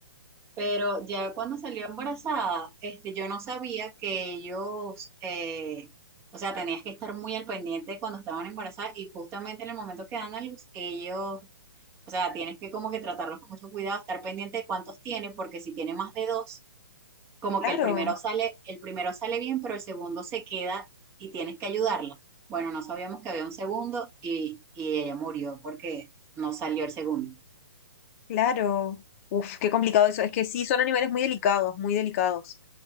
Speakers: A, on the right; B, on the left.
A: Pero ya cuando salió embarazada, este, yo no sabía que ellos, eh, o sea, tenías que estar muy al pendiente cuando estaban embarazadas y justamente en el momento que dan a luz, ellos, o sea, tienes que como que tratarlos con mucho cuidado, estar pendiente de cuántos tienen, porque si tiene más de dos, como
B: Claro,
A: que el primero sale, el primero sale bien, pero el segundo se queda y tienes que ayudarla. Bueno, no sabíamos que había un segundo y, y ella murió porque no salió el segundo.
B: claro. Uf, qué complicado eso. Es que sí, son animales muy delicados, muy delicados.